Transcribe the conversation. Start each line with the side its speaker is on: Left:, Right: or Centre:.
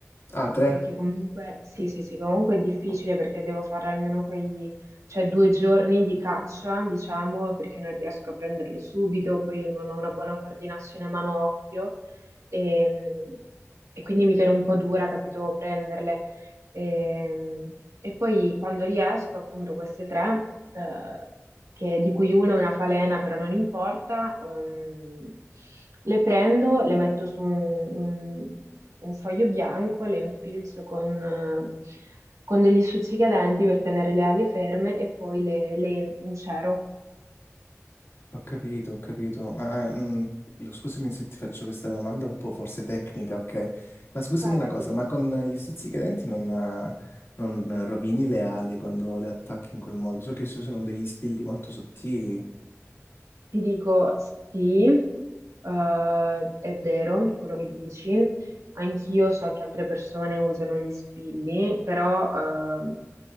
Left: Ah, tre?
Right: perché comunque, sì, sì, sì, comunque è difficile perché devo fare almeno quei, cioè due giorni di caccia, diciamo, perché non riesco a prenderli subito, poi io non ho una buona coordinazione mano-occhio e, e quindi mi viene un po' dura, capito, prenderle. E, e poi quando riesco, appunto, queste tre eh, che- di cui una è una falena, però non importa, ehm, le prendo, le metto su un, un- un foglio bianco, le infilzo con, eh, con degli stuzzicadenti per tenere le ali ferme e poi le, le incero.
Left: Ho capito, ho capito. Ma, eh, mh, lo- scusami se ti faccio questa domanda un po' forse tecnica, ok? Ma scusami
Right: Vai,
Left: una
Right: vai,
Left: cosa,
Right: dimmi.
Left: ma con gli stuzzicadenti non, eh, non rovini le ali quando le attacchi in quel modo? So che ci sono degli spilli molto sottili.
Right: Ti dico sì, eh, è vero quello che dici. Anch'io so che altre persone usano gli spilli, però ehm,